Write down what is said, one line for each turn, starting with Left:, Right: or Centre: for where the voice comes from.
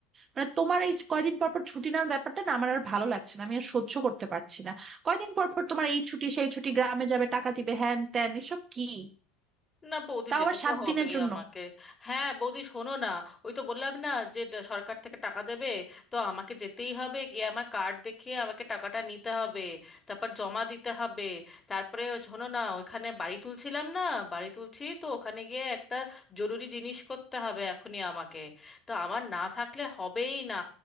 Right: মানে তোমার এই কয়দিন পর পর ছুটি নেওয়ার ব্যাপারটা না আমার আর ভালো লাগছে না আমি আর সহ্য করতে পারছি না কয়দিন পর পর তোমার এই ছুটি সেই ছুটি গ্রামে যাবে টাকা দিবে হ্যান ত্যান এসব কি
Left: না বৌদি
Right: তাও
Left: যেতে
Right: আবার সাত
Left: তো হবেই
Right: দিনের জন্য
Left: আমাকে হ্যাঁ বৌদি শোনো না ওই তো বললাম না যে ড- সরকার থেকে টাকা দেবে তো আমাকে যেতেই হবে গিয়ে আমার কার্ড দেখিয়ে আমাকে টাকাটা নিতে হবে তারপর জমা দিতে হবে তারপরে শোনো না ওখানে বাড়ি তুলছিলাম না বাড়ি তুলছি তো ওখানে গিয়ে একটা জরুরি জিনিস করতে হবে এখনই আমাকে তো আমার না থাকলে হবেই না